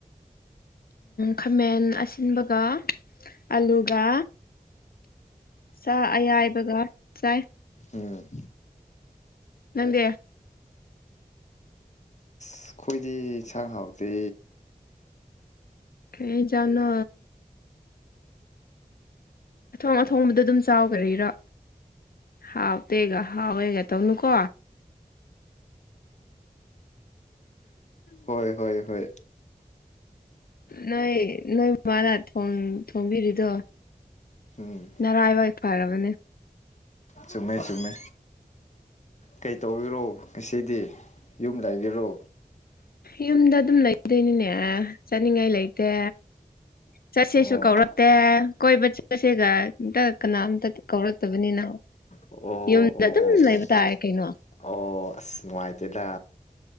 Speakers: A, on the left; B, on the left.
A: ꯈꯥꯃꯦꯟ ꯑꯁꯤꯟꯕꯒ ꯑꯂꯨꯒ ꯁꯥ ꯑꯌꯥꯏꯕꯒ ꯆꯥꯏ
B: ꯎꯝ
A: ꯅꯪꯗꯦ
B: ꯑꯩꯈꯣꯏꯗꯤ ꯌꯦꯟꯁꯥꯡ ꯍꯥꯎꯇꯦ
A: ꯀꯩ ꯆꯥꯅꯣ ꯑꯊꯣꯡ ꯑꯊꯣꯡꯕꯗ ꯑꯗꯨꯝ ꯆꯥꯎꯀꯥꯔꯤꯔꯣ ꯍꯥꯎꯇꯦꯒ ꯍꯥꯎꯋꯦꯒ ꯇꯧꯅꯨꯀꯣ
B: ꯍꯣꯏ ꯍꯣꯏ ꯍꯣꯏ
A: ꯅꯣꯏ ꯅꯣꯏ ꯃꯥꯥꯅ ꯊꯨꯝ ꯊꯣꯡꯕꯤꯔꯤꯗꯣ
B: ꯎꯝ
A: ꯅꯔꯥꯏꯕꯛ ꯐꯔꯕꯅꯦ
B: ꯆꯨꯝꯃꯦ ꯆꯨꯝꯃꯦ ꯀꯩ ꯇꯧ <unintelligible> ꯔꯣ ꯉꯁꯤꯗꯤ ꯌꯨꯝ ꯂꯩꯒꯦꯔꯣ
A: ꯌꯨꯝꯗ ꯑꯗꯨꯝ ꯂꯩꯗꯣꯏꯅꯤꯅꯦ ꯆꯠꯅꯤꯡꯉꯥꯏ ꯂꯩꯇꯦ ꯆꯠꯁꯦꯁꯨ
B: ꯑꯣ
A: ꯀꯧꯔꯛꯇꯦ ꯀꯣꯏꯕ ꯆꯠꯂꯥꯁꯦꯒ ꯑꯝꯇ ꯀꯅꯥꯝꯇ ꯀꯧꯔꯛꯇꯕꯅꯤꯅ
B: ꯑꯣ
A: ꯌꯨꯝꯗ
B: ꯑꯣ ꯑꯣ
A: ꯑꯗꯨꯝ
B: ꯑꯣ
A: ꯂꯩꯕ ꯇꯥꯏ ꯀꯩꯅꯣ
B: ꯑꯣ ꯑꯁ ꯅꯨꯡꯉꯥꯏꯇꯦꯗ